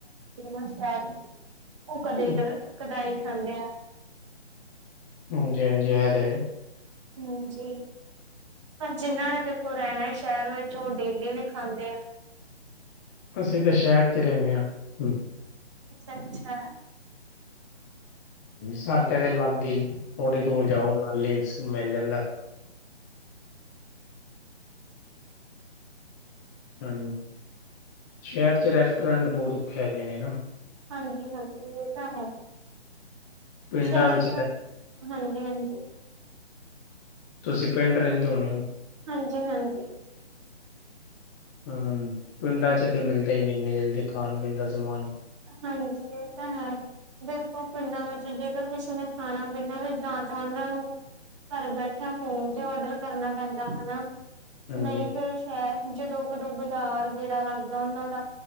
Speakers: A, on the right (about 25°); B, on the left (about 15°).
A: ਸ਼। ਉਹ ਕਦੇ
B: ਹਮ,
A: ਕ ਕਦਾ ਹੀ ਖਾਂਦੇ ਆ।
B: ਹਾਂਜੀ ਹਾਂਜੀ ਇਹ ਤੇ ਹੇ।
A: ਹਾਂਜੀ ਪਰ ਜਿੰਨਾਂ ਨੇ ਦੇਖੋ ਰਹਿਣਾ ਸ਼ਹਿਰ ਵਿੱਚ ਉਹ ਡੇਲੀ ਵੀ ਖਾਂਦੇ ਆ।
B: ਅਸੀਂ ਤੇ ਸ਼ਹਿਰ ਚ ਹੀ ਰਹਿੰਦੇ ਹਾਂ। ਹਮ,
A: ਅੱਛਾ ਅੱਛਾ।
B: ਸਾਡੇ ਦੇ ਲਾਗੇ ਹੀ ਥੋੜੀ ਦੂਰ ਜਾਓ ਨਾ ਲੇ ਮਿਲ ਜਾਂਦਾ। ਹਾਂ ਸ਼ਹਿਰ ਚ ਰੈਸਟੋਰੈਂਟ ਬਹੁਤ ਹੈਗੇ ਨੇ ਨਾ।
A: ਹਾਂਜੀ ਹਾਂਜੀ ਇਹ ਤਾਂ ਹੈ
B: ਪਿੰਡਾਂ
A: ਸ਼ਹਿਰ
B: ਵਿੱਚ
A: ਚ
B: ਰਹਿ-
A: ਨਾ। ਹਾਂਜੀ ਹਾਂਜੀ।
B: ਤੁਸੀਂ ਪਿੰਡ ਰਹਿੰਦੇ ਹੋਣੇ ਹੋ।
A: ਹਾਂਜੀ ਹਾਂਜੀ।
B: ਹਮ ਪਿੰਡਾਂ ਚ ਤਾਂ ਮਿਲਦਾ ਹੀ ਨ ਇਨੀ ਜਲਦੀ ਖਾਣ ਪੀਣ ਦਾ ਸਮਾਨ।
A: ਹਾਂਜੀ ਇਹ ਤਾਂ ਹੈ। ਦੇਖੋ ਪਿੰਡਾਂ ਵਿੱਚ ਜੇਕਰ ਕਿਸੇ ਨੇ ਖਾਣਾ ਪੀਣਾ ਵੀ ਜਾਂ ਤਾਂ ਉਹਨਾਂ ਨੂੰ। ਘਰ ਬੈਠਿਆਂ ਫੋਨ ਤੇ ਔਡਰ ਕਰਨਾ ਪੈਂਦਾ ਹਨਾ
B: ਹਾਂਜੀ।
A: ਨਹੀਂ ਫੇਰ। ਹੈ ਜਦੋਂ ਕਦੋਂ ਬਾਜ਼ਾਰ ਗੇੜਾ ਲੱਗਦਾ ਉਹਨਾਂ ਦਾ